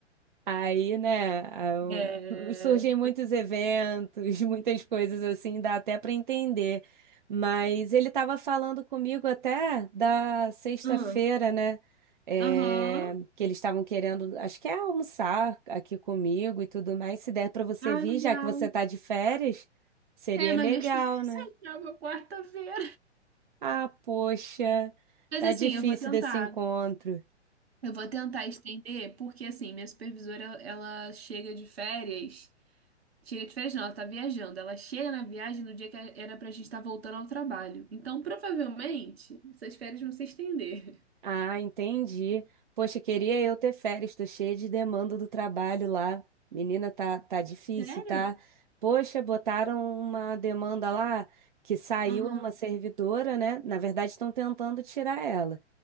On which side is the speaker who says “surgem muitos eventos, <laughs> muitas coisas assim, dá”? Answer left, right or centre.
Right